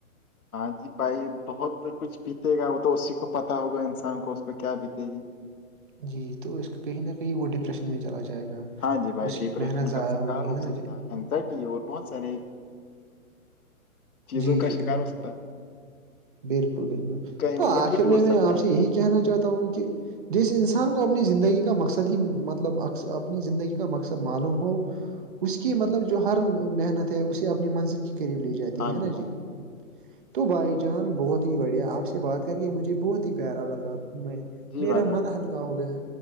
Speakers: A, on the left; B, on the right.
A: ہاں جی بھائی بہت کچھ بیتے گا وہ تو اسی کو پتا ہوگا انسان کو اس کو کیا بیتے گی
B: جی جی تو اس کہیں نہ کہیں وہ ڈپریشن میں چلا جائے گا
A: ہاں جی بھائی
B: اس
A: ڈپریشن
B: کی محنت ضائع
A: کا شکار
B: ہوگی
A: ہو
B: ہے نا
A: سکتا
B: جی
A: ہے زٹی اور بہت سارے چیزوں
B: جی
A: کا
B: جی
A: شکار ہو ستا
B: بالکل بالکل تو
A: امید
B: آخر
A: بھی ٹوٹ
B: میں
A: سکتا
B: میں آپ
A: ہے
B: سے یہی کہنا چاہتا ہوں کہ جس انسان کو اپنی زندگی کا مقصد ہی مطلب اپنی زندگی کا مقصد معلوم ہو اس کی مطلب جو ہر محنت ہے اسے اپنی منزل کے قریب لے ج جاتی
A: ہاں
B: ہے نا
A: بھائی
B: جی تو بھائی ج جان بہت ہی بڑھیا آپ سے بات کر کے مجھے بہت ہی پیارا لگا میں
A: جی
B: میرا
A: بھائی جان
B: من ہلکا ہو گیا